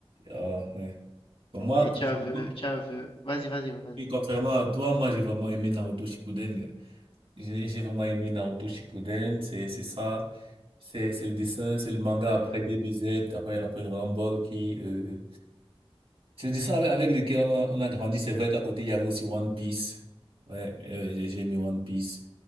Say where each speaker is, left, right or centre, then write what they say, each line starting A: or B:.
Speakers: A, on the right; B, on the left.
A: Ah, ouais. Pour moi,
B: Et tu
A: contrairement
B: as vu, tu as vu, vas-y, vas-y, oui, vas-y.
A: oui, contrairement à toi, moi, j'ai vraiment aimé Naruto Shippuden. J'ai j'ai vraiment aimé Naruto Shippuden. C'est, c'est ça. C'est, c'est le dessin, c'est le manga
B: D'accord.
A: après DBZ, après, après Dragon Ball qui, euh, C'est des dessins avec avec lesquels on a, on a grandi. C'est vrai qu'à côté, il y avait aussi One Piece. Ouais, euh, j'ai j'ai aimé One Piece.